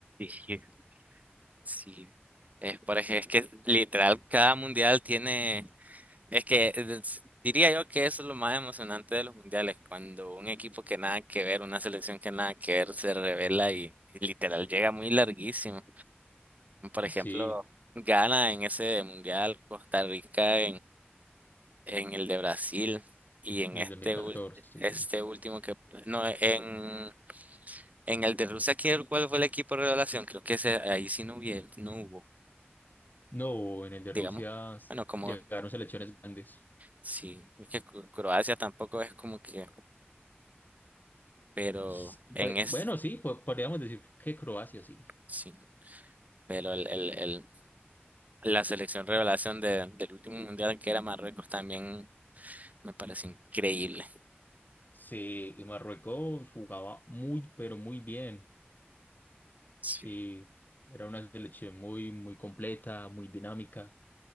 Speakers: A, on the right; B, on the left.
A: sí sí. Es, por
B: <laughs>
A: ej- es que literal cada mundial tiene, es que es- diría yo que eso es lo más emocionante de los mundiales, cuando un equipo que nada que ver, una selección que nada que ver se revela y, y literal llega muy larguísimo. Por ejemplo,
B: Sí,
A: Ghana en ese mundial, Costa Rica en el de Brasil y en
B: en
A: este,
B: el dos mil catorce
A: ul- este
B: sí.
A: último que... No, en, en el de Rusia, ¿quién ¿cuál fue el equipo de revelación? Creo que ese, ahí sí no hubiera, no hubo,
B: No, en el de Rusia
A: digamos. Bueno, como
B: llegaron selecciones grandes.
A: sí, porque Cro- Croacia tampoco es como que... Pero
B: S-
A: en
B: pues,
A: este...
B: bueno, sí, po- podríamos decir que Croacia, sí.
A: Sí, pero el, el, el- la selección revelación de- del último mundial que era Marruecos también me parece increíble.
B: Sí, y Marruecos jugaba muy, pero muy bien.
A: Sí.
B: Sí, era una selección muy, muy completa, muy dinámica.